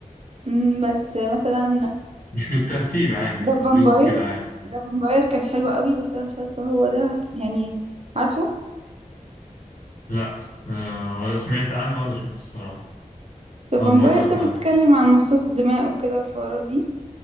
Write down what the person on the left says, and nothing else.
مش بالترتيب عادي
قوليهم
كده عادي
لأ آه، ولا سمعت عنه ولا شفته صراحة
أول
مرة أسمع
عنه